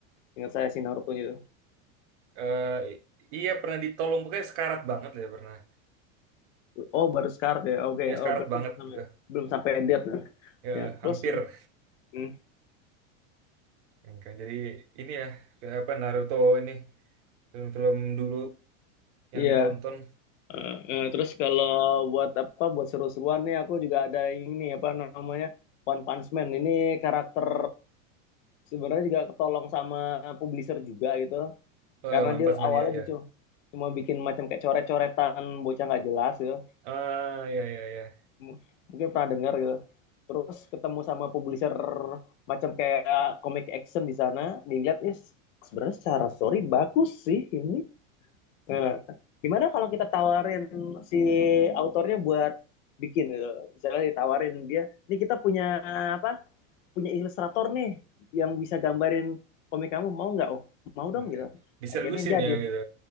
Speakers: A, on the left; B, on the right.
A: ingat saya si Naruto itu
B: Eh, i- iya pernah ditolong pokoknya sekarat banget lah ya pernah.
A: oh baru scar ya oke
B: Iya sekarat
A: oh berarti
B: banget
A: belum sampai
B: gitu.
A: belum sampai death nah.
B: Ya,
A: ya terus
B: hampir.
A: itu hmm,
B: Yang kayak Jadi ini ya kayak apa Naruto ini film-film dulu yang
A: iya
B: ditonton
A: Eh, eh, terus kalau buat apa buat seru-seruan nih aku juga ada ini apa namanya One Punch Man ini karakter sebenarnya juga ketolong sama publisher juga gitu
B: Oh,
A: karena
B: One
A: dia
B: Punch Man,
A: awalnya
B: ya, ya.
A: gitu cuma bikin macam kayak coret-coretan bocah nggak jelas gitu
B: Ah, ya, ya, ya.
A: M- mungkin pernah dengar gitu terus ketemu sama publisher macam kayak comic action di sana dilihat ya sebenarnya secara story bagus sih ini Nah, gimana kalau kita tawarin si autornya buat bikin gitu. Misalnya ditawarin dia, ini kita punya apa? Punya ilustrator nih yang bisa gambarin komik kamu mau nggak? Oh, mau
B: Eh,
A: dong gitu.
B: Diseriusin
A: Akhirnya jadi
B: ya, gitu.